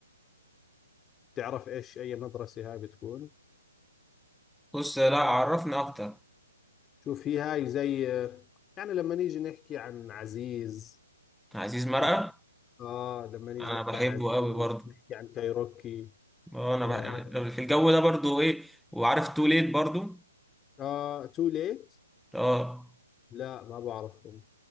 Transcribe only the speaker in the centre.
بص لا عرفني اكتر
عزيز مرقة
انا
بحبه
قوي برضه
اه انا
بح... أنا في الجو ده برضه ايه وعارف تو ليت برضه
اه